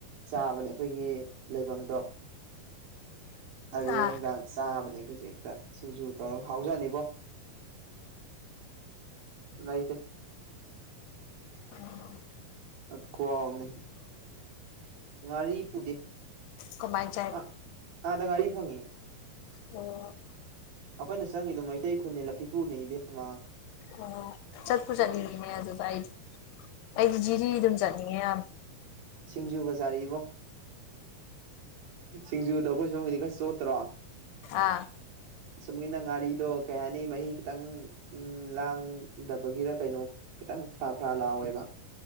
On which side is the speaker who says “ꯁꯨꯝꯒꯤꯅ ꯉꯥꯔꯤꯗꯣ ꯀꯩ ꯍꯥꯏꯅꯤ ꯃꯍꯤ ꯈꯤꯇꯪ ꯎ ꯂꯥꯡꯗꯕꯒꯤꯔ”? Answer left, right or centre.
Right